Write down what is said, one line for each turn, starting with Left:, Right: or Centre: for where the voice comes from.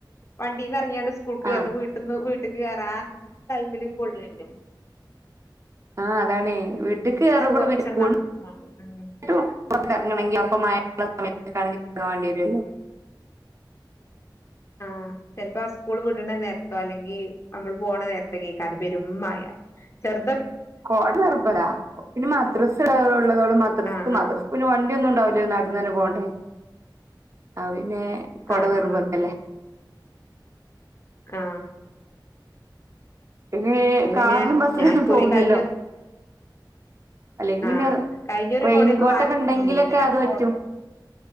Left: വണ്ടീന്ന് ഇറങ്ങിയാണ്ട് സ്കൂൾക്ക്
Right: ആഹ്
Left: കയറണം വീട്ടിന്ന് വീട്ടി <unintelligible> ആ ടൈമില് കൊള്ളലെ
Right: ആ അതാണേ വീട്ടിക്ക് കയറുമ്പഴും
Left: കൊറച്ചാണ്ട്
Right: <unintelligible> സ്കൂളിന്
Left: നടക്കും മാണം ഉം
Right: പുറത്ത് ഇറങ്ങണെങ്കിലോ അപ്പം മഴ <unintelligible>
Left: ഉം
Right: സമയത്ത് ഒക്കെ ആണെങ്കി അ <unintelligible>
Left: ആഹ് ചെലപ്പോ സ്കൂള് വിടണ നേരത്തോ അല്ലെങ്കി നമ്മള് പോകണ നേരത്തൊക്കെ പെരുംമഴ ചെറു
Right: കൊട <unintelligible> പിന്നെ മദ്രസ <unintelligible> മദ്രസ്ക്ക്
Left: ആഹ്
Right: മദ്രസ്ക്ക്
Left: ആഹ്
Right: പിന്നെ വണ്ടി ഒന്നും ഉണ്ടാവി നടന്നന്നെ പോണ്ടേ അവി പിന്നെ കൊട
Left: ആഹ്
Right: നിർബന്ധല്ലേ
Left: ആഹ് അ
Right: ഇങ്ങനെ കാറിനും
Left: പിന്നെ
Right: ബസ്സിനൊന്നും
Left: ഞാൻ ഇക്കുറി
Right: പോവുല്ലല്ലോ
Left: കഴിഞ്ഞ
Right: അല്ലെങ്കി
Left: ആഹ്
Right: പിന്നെ
Left: കഴിഞ്ഞുറി
Right: റെയിൻകോട്ടൊക്കെ
Left: കൊടയൊന്നും വാ
Right: ഉണ്ടെങ്കിലൊക്കെ
Left: ഇല്ലേനി
Right: അത്
Left: കോട
Right: പറ്റും